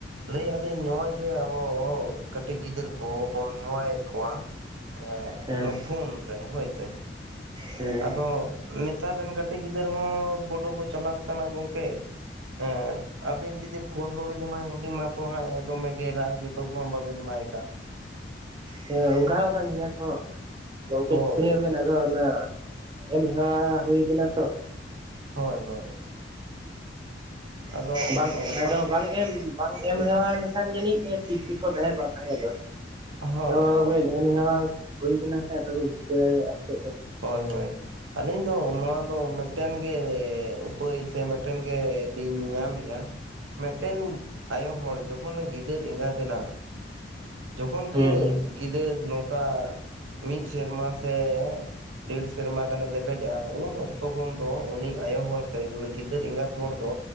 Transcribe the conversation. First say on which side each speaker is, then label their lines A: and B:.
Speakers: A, on the right (about 85°); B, on the right (about 25°).
A: ᱞᱟᱹᱭᱮᱫ ᱟᱞᱤᱧ ᱱᱚᱜᱼᱚᱭ ᱡᱮ ᱟᱵᱚ ᱠᱟᱹᱴᱤᱡ ᱜᱤᱫᱽᱟᱹᱨᱟᱹ ᱠᱚᱵᱚᱱ ᱦᱮᱣᱟᱭᱮᱫ ᱠᱚᱣᱟ ᱮᱜ
B: ᱦᱮᱸ
A: ᱱᱚᱣᱟ ᱯᱷᱳᱱ ᱨᱮ ᱦᱳᱭᱥᱮ
B: ᱦᱮᱸ
A: ᱟᱫᱚ ᱱᱮᱛᱟᱨ ᱨᱮᱱ ᱠᱟᱹᱴᱤᱡ ᱜᱤᱫᱽᱟᱹᱨ ᱦᱚᱸ ᱵᱳᱰᱳ ᱠᱚ ᱪᱟᱞᱟᱜ ᱠᱟᱱᱟ ᱜᱚᱝᱠᱮ᱾ ᱦᱮᱸ ᱟᱹᱵᱤᱱ ᱡᱩᱫᱤ ᱯᱷᱳᱱ ᱵᱟᱵᱤᱱ ᱮᱢᱟᱭᱟ ᱩᱱᱤ ᱢᱟᱛᱚ ᱦᱟᱸᱜ ᱮᱫᱚᱢᱮ ᱜᱮᱭ ᱨᱟᱜ ᱾ ᱛᱩ ᱯᱳᱱ ᱵᱟᱵᱤᱱ ᱮᱢᱟᱭᱠᱟᱱ᱾
B: ᱦᱮᱸ ᱚᱱᱠᱟ ᱠᱟᱱ ᱜᱮᱭᱟ ᱛᱚ᱾ ᱜᱚᱝᱠᱮ
A: ᱦᱳᱭ
B: ᱪᱤᱠᱟᱹᱭᱟ ᱵᱮᱱ᱾ ᱟᱫᱚ ᱚᱱᱟ ᱮᱢ ᱦᱮᱣᱟ ᱦᱩᱭ ᱠᱟᱱᱟ ᱛᱚ᱾
A: ᱦᱳᱭ ᱦᱳᱭ ᱟᱫᱚ
B: ᱵᱟᱝ
A: ᱚᱱᱠᱟ
B: ᱟᱫᱚ ᱵᱟᱝ ᱮᱢ ᱵᱟᱝ ᱮᱢ ᱦᱮᱣᱟ ᱞᱮᱠᱷᱟᱱ ᱡᱟᱹᱱᱤᱡ ᱴᱷᱤᱠ ᱜᱮᱠᱚ ᱛᱟᱦᱮᱸ ᱠᱚᱜ ᱛᱟᱦᱮᱸ ᱫᱚ᱾
A: ᱦᱳᱭ
B: ᱟᱫᱚ
A: ᱦᱳᱭ
B: ᱵᱮᱱ
A: ᱴᱷᱤᱠ
B: ᱮᱢᱦᱟ ᱦᱩᱭ ᱠᱟᱱᱟ ᱥᱮ ᱟᱫᱚᱵᱮᱱ ᱪᱤᱠᱟᱹ ᱫᱟᱲᱮᱭᱟᱜᱼᱟ ᱱᱤᱛᱳᱜ ᱫᱚ᱾
A: ᱦᱳᱭ ᱦᱳᱭ ᱟᱹᱞᱤᱧ ᱫᱚ ᱱᱚᱣᱟ ᱫᱚ ᱢᱤᱫᱴᱮᱱ ᱜᱮ ᱩᱯᱟᱹᱭ ᱥᱮ ᱢᱤᱫᱴᱮᱱ ᱜᱮ ᱞᱤᱧ ᱧᱟᱢᱮᱫᱼᱟ᱾ ᱢᱤᱫᱴᱮᱱ ᱟᱭᱳ ᱦᱚᱲ ᱡᱚᱠᱷᱚᱱ ᱜᱤᱫᱟᱹᱨ ᱮᱸᱜᱟᱛ ᱮᱱᱟ, ᱡᱚᱠᱷᱚᱱ
B: ᱦᱩᱸ
A: ᱜᱮ ᱜᱤᱫᱟᱹᱨ ᱱᱚᱝᱠᱟ ᱢᱤᱫ ᱥᱮᱨᱢᱟ ᱥᱮ ᱰᱮᱲ ᱥᱮᱨᱢᱟ ᱜᱟᱱᱮ ᱞᱮᱵᱮᱫᱮᱜᱼᱟ ᱩᱱ ᱚᱠᱛᱚ ᱠᱷᱚᱱ ᱫᱚ ᱩᱱᱤ ᱟᱭᱳ ᱦᱚᱲ ᱥᱮ ᱩᱱᱤ ᱜᱤᱫᱟᱹᱨ ᱮᱸᱜᱟᱛ ᱦᱚᱲ ᱫᱚ,